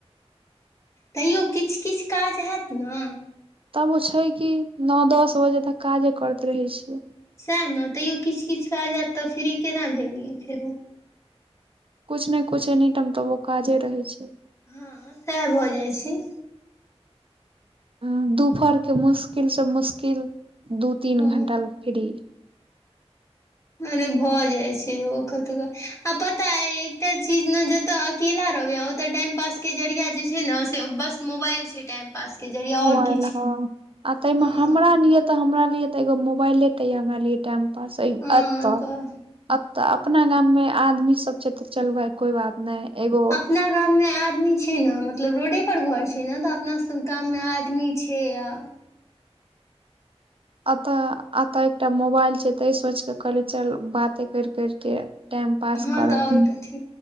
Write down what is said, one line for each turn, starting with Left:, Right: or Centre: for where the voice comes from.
Left: तैयो किछ किछ काज हैत न
Right: तब ओ छै कि, नऽ -दस बजे तक काजे करैत रहै छियै।
Left: सैह न तयो किछ- किछ काज ऐत तऽ, फ्री केना भेलियै फेरो
Right: कुछ न कुछ एनी टाइम तबो काजे रहै छै।
Left: हँऽ सैह भऽ जाइ छै।
Right: हुं दुपहर के मुश्किल स मुश्किल दू तीन
Left: हँ
Right: घंटा ले फ्री।
Left: अर भऽ जाइ छै, ओ कतुका आ पता अय एकटा चीज न जत आ केला रहबे, ओत टाइम पास के जरिया जे छै न, से बस मोबाइल छै टाइम पास के जरिया आओर
Right: मोबाइल
Left: किछु
Right: हँ
Left: नहि
Right: आ तय में
Left: हँ
Right: हमरा लिए तऽ हमरा लिए तऽ एगो मोबाइल ता अय, हमरा लिए टाइम पास अतऽ
Left: हँ तऽ
Right: अतऽ अपना गाम में आदमी सब छै तऽ, चल भै कोई बात नहि एगो
Left: अपना गाम में आदमी छै न, मतलब रोडे पर घर छै न, तऽ अपना सब गाम में आदमी छै आब
Right: अतऽ -अत एकटा मोबाइल छै तऽ, ई सोच क कहली चल बाते करि करि के टाइम पास
Left: हँ
Right: करब
Left: तऽ और कथी